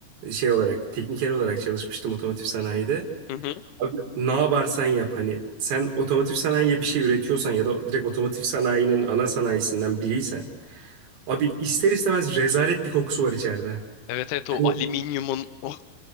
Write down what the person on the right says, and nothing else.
şey olarak, tekniker olarak çalışmıştım otomotiv sanayide.
Abi, Ne yaparsan yap hani sen otomotiv sanayiye bir şey üretiyorsan ya da direkt otomotiv sanayinin ana sanayisinden biriysen abi ister istemez rezalet bir kokusu var içeride.
Yani